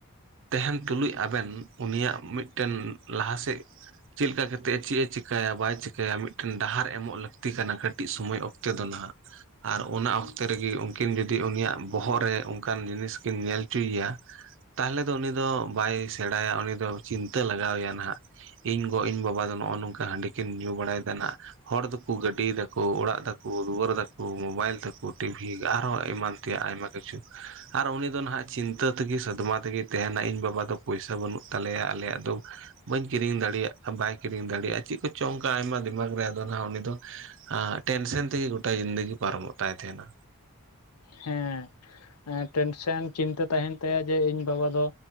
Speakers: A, on the right; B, on the left.
A: ᱛᱮᱦᱮᱱ ᱛᱩᱞᱩᱡ ᱟᱵᱮᱱ ᱩᱱᱤᱭᱟᱜ ᱢᱤᱫᱴᱮᱱ ᱞᱟᱦᱟ ᱥᱮᱜ ᱪᱤᱞᱠᱟ ᱠᱟᱛᱮᱜ ᱮ ᱪᱤᱜ ᱮ ᱪᱤᱠ ᱠᱷᱮ ᱵᱟᱭ ᱪᱤᱠᱟᱹᱭᱟ ᱢᱤᱫᱴᱮᱱ ᱰᱟᱦᱟᱨ ᱮᱢᱚᱜ ᱞᱟᱹᱠᱛᱤ ᱠᱟᱱᱟ ᱠᱟᱹᱴᱤᱡ ᱥᱚᱢᱚᱭ ᱚᱠᱛᱮ ᱫᱚ ᱱᱟᱦᱟᱜ ᱟᱨ ᱚᱱᱟ ᱚᱠᱛᱮ ᱨᱮᱜᱮ ᱩᱱᱠᱤᱱ ᱡᱚᱫᱤ ᱩᱱᱤᱭᱟᱜ ᱵᱚᱦᱚᱜ ᱨᱮ ᱚᱱᱠᱟᱱ ᱡᱤᱱᱤᱥ ᱠᱤᱱ ᱧᱮᱞ ᱪᱩᱭ ᱭᱟ ᱛᱟᱦᱞᱮ ᱫᱚ ᱩᱱᱤ ᱫᱚ ᱵᱟᱭ ᱥᱮᱬᱟᱭᱟ, ᱩᱱᱤ ᱫᱚ ᱪᱤᱱᱛᱟᱹ ᱞᱟᱜᱟᱣᱟᱭᱟ ᱱᱟᱦᱟᱜ᱾ ᱤᱧ ᱜᱚ ᱤᱧ ᱵᱟᱵᱟ ᱫᱚ ᱱᱚᱜᱚ ᱱᱚᱝᱠᱟ ᱦᱟᱹᱰᱤ ᱠᱤᱱ ᱧᱩ ᱵᱟᱲᱟᱭᱮᱫᱟ ᱱᱟᱦᱟᱜ ᱦᱚᱲ ᱫᱚᱠᱚ ᱜᱟᱹᱰᱤᱭ ᱫᱟᱠᱚ, ᱚᱲᱟᱜ ᱫᱟᱠᱩ, ᱫᱩᱣᱟᱹᱨ ᱫᱟᱠᱩ, ᱢᱚᱵᱟᱭᱤᱞ ᱫᱟᱠᱩ, ᱴᱤᱵᱷᱤ ᱟᱨᱦᱚᱸ ᱮᱢᱟᱱ ᱛᱮ ᱟᱭᱢᱟ ᱠᱤᱪᱷᱩ ᱟᱨ ᱩᱱᱤ ᱫᱚ ᱱᱟᱦᱟᱜ ᱪᱤᱱᱛᱟᱹ ᱛᱮᱜᱤ ᱥᱟᱫᱢᱟ ᱛᱮᱜᱤ ᱛᱮᱦᱮᱱᱟ ᱤᱧ ᱵᱟᱵᱟ ᱫᱚ ᱯᱚᱭᱥᱟ ᱵᱟᱹᱱᱩᱜ ᱛᱟᱞᱮᱭᱟ ᱟᱞᱮᱭᱟᱜ ᱫᱚ ᱵᱟᱹᱧ ᱠᱤᱨᱤᱧ ᱫᱟᱲᱤᱭᱟᱜ ᱵᱟᱭ ᱠᱤᱨᱤᱧ ᱫᱟᱲᱤᱭᱟᱜᱼᱟ ᱪᱤᱜ ᱠᱚᱪᱚ ᱚᱝᱠᱟ ᱟᱭᱢᱟ ᱫᱤᱢᱟᱠ ᱨᱮ ᱟᱫᱚ ᱱᱟᱦᱜ ᱩᱱᱤ ᱫᱚ ᱟᱸ ᱴᱮᱱᱥᱮᱱ ᱛᱮᱜᱤ ᱜᱚᱴᱟ ᱡᱤᱱᱫᱹᱜᱤ ᱯᱟᱨᱚᱢᱚᱜ ᱛᱟᱭ ᱛᱮᱦᱮᱱᱟ᱾
B: ᱦᱮᱸ ᱴᱮᱱᱥᱮᱱ ᱪᱤᱱᱛᱟᱹ ᱛᱟᱦᱮᱱ ᱛᱟᱭᱟ ᱡᱮ ᱤᱧ ᱵᱟᱵᱟ ᱫᱚ